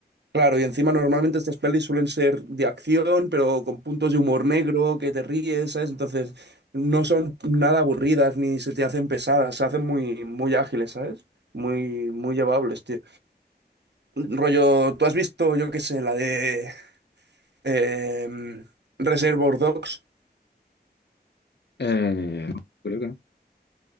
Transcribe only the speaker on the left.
Eh, no, creo que no.